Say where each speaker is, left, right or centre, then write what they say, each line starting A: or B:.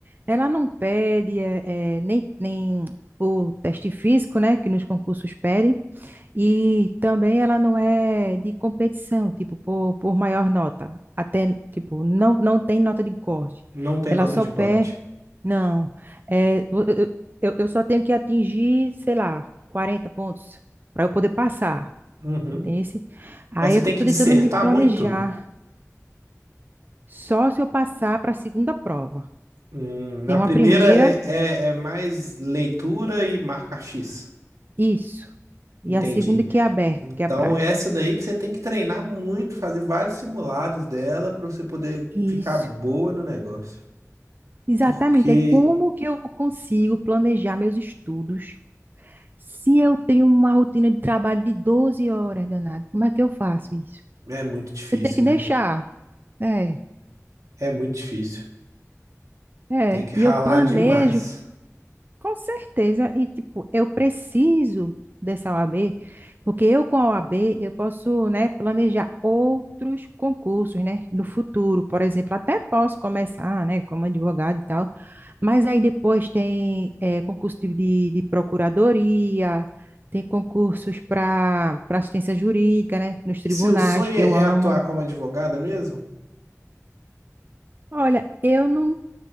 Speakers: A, on the right; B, on the right.
A: ela não pede eh, eh, nem, nem o teste físico, né, que nos concursos pedem, E também ela não é de competição, tipo, por, por maior nota. Até, tipo, não, não tem nota de corte.
B: não tem
A: Ela
B: nota
A: só
B: de
A: pé,
B: corte.
A: não. É, vo- eu, eu, eu só tenho que atingir, sei lá, 40 pontos para eu poder passar,
B: Uhum.
A: entende? Aí
B: Mas você
A: é
B: tem
A: que eu estou
B: que dissertar
A: tentando me planejar.
B: muito?
A: Só se eu passar para a segunda prova.
B: Hum, na
A: Tem
B: primeira
A: uma primeira,
B: é, é, é mais leitura e marca X.
A: isso. E
B: Entendi.
A: a segunda que é aberta,
B: Então,
A: que é a prática.
B: é essa daí que você tem que treinar muito, fazer vários simulados dela para você poder
A: Isso.
B: ficar boa no negócio.
A: Exatamente,
B: Porque
A: é como que eu consigo planejar meus estudos se eu tenho uma rotina de trabalho de 12 horas, danado? Como é que eu faço isso?
B: é muito difícil,
A: Eu tenho que deixar,
B: né?
A: é,
B: É muito difícil.
A: é,
B: Tem que ralar
A: e eu planejo
B: demais.
A: Com certeza. E, tipo, eu preciso dessa OAB, porque eu com a OAB eu posso, né, planejar outros concursos, né, no futuro. Por exemplo, até posso começar, né, como advogado e tal, mas aí depois tem eh, concurso de, de de procuradoria, tem concursos para para assistência jurídica, né, nos tribunais,
B: E seu sonho
A: que
B: é
A: eu amo.
B: é atuar como advogada mesmo?
A: Olha, eu não